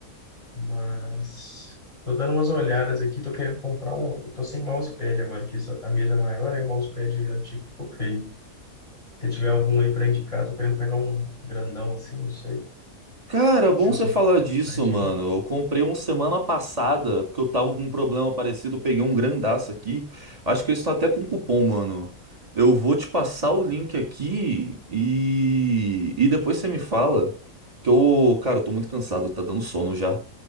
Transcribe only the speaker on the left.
Mas tô dando umas olhadas aqui, tô querendo comprar um. eu Tô sem mousepad agora, que essa- a mesa é maior, aí o mousepad antigo ficou feio. Se tiver algum aí para indicar, tô querendo pegar um grandão assim, não sei.
Se
souber
de algum
site
aí.